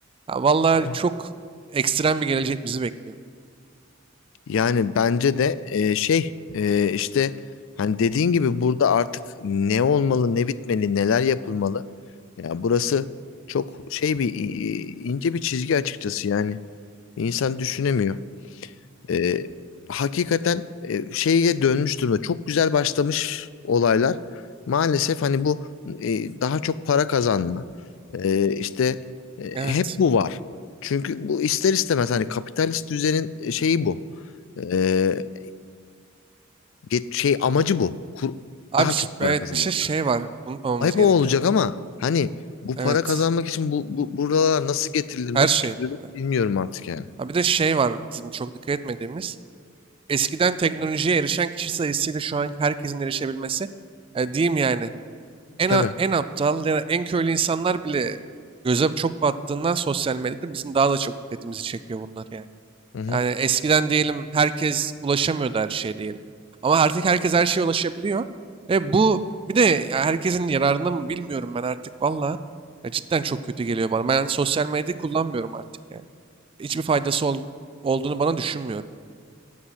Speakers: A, on the right; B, on the left.
A: Ha, vallahi
B: Evet.
A: çok ekstrem bir gelecek bizi bekliyor.
B: Yani bence de e, şey e, işte hani dediğin gibi burada artık ne olmalı, ne bitmeli, neler yapılmalı. Ya burası çok şey bir i- i- ince bir çizgi açıkçası yani. İnsan düşünemiyor. E, hakikaten e, şeye dönmüş durumda. Çok güzel başlamış olaylar. Maalesef hani bu e, daha çok para kazanma. E, işte e,
A: Evet.
B: hep bu var. Çünkü bu ister istemez hani kapitalist düzenin e, şeyi bu. E, get- şey amacı bu. Kur-
A: Abi
B: daha
A: ş-
B: çok para
A: evet
B: kazanmak.
A: bir şey şey var unutmamamız
B: ayıp
A: gereken.
B: o olacak ama hani bu
A: Evet.
B: para kazanmak için bu, bu buralar nasıl getirilir,
A: Her
B: nasıl
A: şey.
B: çözülür
A: bu, evet.
B: bilmiyorum artık yani.
A: Ha bir de şey var bizim çok dikkat etmediğimiz. Eskiden teknolojiye erişen kişi sayısıyla şu an herkesin erişebilmesi. E, diyeyim yani en,
B: Tabii.
A: a- en aptal ya da en köylü insanlar bile göze çok battığından sosyal medyada bizim daha da çok dikkatimizi çekiyor bunlar yani.
B: Hı hı.
A: Yani eskiden diyelim herkes ulaşamıyordu her şeye diyelim. Ama artık herkes her şeye ulaşabiliyor. Ve bu bir de ya herkesin yararına mı bilmiyorum ben artık valla. Ya Cidden çok kötü geliyor bana. Ben sosyal medyayı kullanmıyorum artık yani hiçbir faydası ol- olduğunu bana düşünmüyorum.